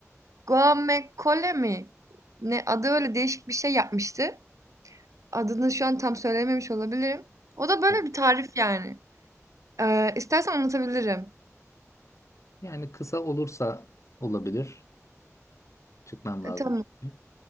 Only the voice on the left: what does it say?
Evet.
Yani kısa olursa olabilir. Çıkmam
lazım
çünkü.